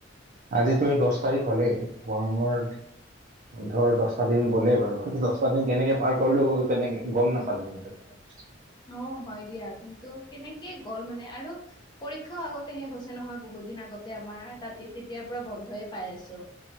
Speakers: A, on the right; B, on the left.
A: আজিতো এই দচ তাৰিখ হলেই গৰমৰ ধৰ দহটা দিন গ'লেই বাৰু হিটো দচটা দিন কেনেকে পাৰ কৰিলো কেনেকে গম নাপালো কিন <unintelligible>
B: অ হয় দিয়া কিন্তু কেনেকে গ'ল মানে আৰু পৰীক্ষা আগতে শেষ হৈছে নহয় বহুত দিন আগতে আমাৰ তাতে তেতিয়াৰ পৰা বন্ধয়ে পাই আছো।